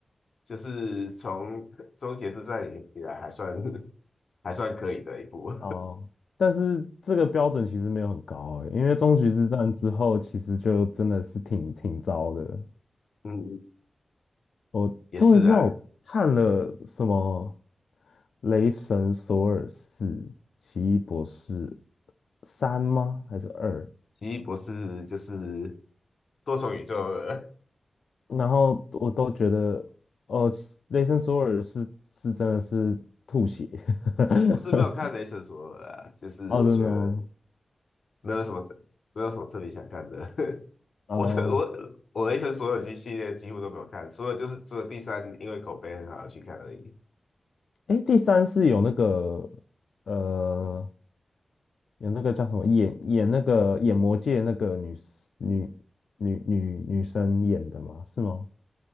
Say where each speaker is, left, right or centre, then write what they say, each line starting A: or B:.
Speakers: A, on the left (about 70°); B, on the left (about 85°).
A: 就是从 <laughs> 终结之战以以来还算 <laughs> 还算可以的一部，
B: 哦，但是这个标准其实没有很高诶，因为终局之战之后，其实就真的是挺挺糟的。
A: <laughs> 嗯，
B: 我终于知道我看了什么
A: 也是啊，
B: 《雷神索尔四》《奇异博士三》吗？还是二？
A: 奇异博士就是多重宇宙了
B: 然后我都觉得，哦，雷神索尔是是真的是吐血
A: <laughs>
B: ，I
A: 我是没有看雷神索尔啊，就是我觉得。
B: don't n o
A: 没有什么没有什么特别想看的。<laughs>
B: <laughs> 哦，
A: 我是我我雷神所有系系列几乎都没有看，除了就是除了第三，因为口碑很好而去看而已。
B: 哎，第三是有那个呃，有那个叫什么演演那个演魔界那个女 s- 女女女女生演的吗？是吗？